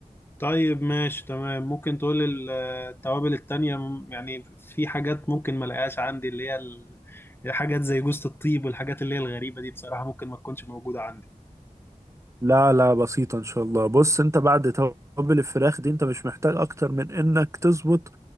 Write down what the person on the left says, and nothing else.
طيب ماشي تمام ممكن تقول ال- التوابل التانية م- يعني في حاجات ممكن ما الاقيهاش عندي اللي هي ال- الحاجات زي جوزة الطيب والحاجات اللي هي الغريبة دي بصراحة ممكن ما تكونش موجودة عندي